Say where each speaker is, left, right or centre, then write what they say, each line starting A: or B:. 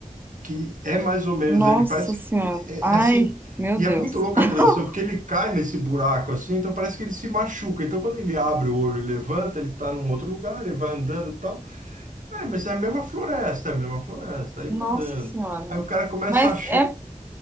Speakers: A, on the right; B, on the right.
A: que é mais ou menos
B: Nossa
A: ele parece
B: Senhora.
A: que- é,
B: Ai,
A: é assim
B: meu
A: e
B: Deus.
A: é muito louca
B: <laughs>
A: a transição porque ele cai nesse buraco assim então parece que ele se machuca então quando ele abre o olho e levanta ele está num outro lugar ele vai andando e tal ah, mas é a mesma floresta é a mesma floresta aí
B: Nossa
A: vai andando
B: Senhora.
A: aí o cara começa
B: Mas
A: a ach-
B: é,